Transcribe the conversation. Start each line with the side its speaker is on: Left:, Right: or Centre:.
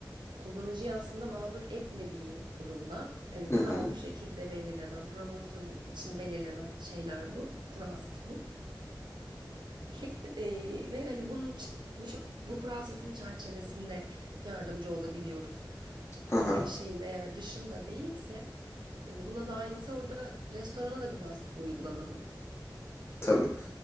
Right: kullanıcıyı aslında mağdur etmediği durumda hani
Left: Hı
Right: kural
Left: hı,
Right: bu şekilde belirlenen promosyon için belirlenen şeyler bu. Kural seti bu. Bu şek- e, ve hani bunun bu, bu kural setinin çerçevesinde yardımcı olabiliyoruz
Left: hı
Right: dediği
Left: hı.
Right: şeyin eğer dışında değilse hani buna dahilse orada restorana da bir baskı uygulanamıyor.
Left: Tabii.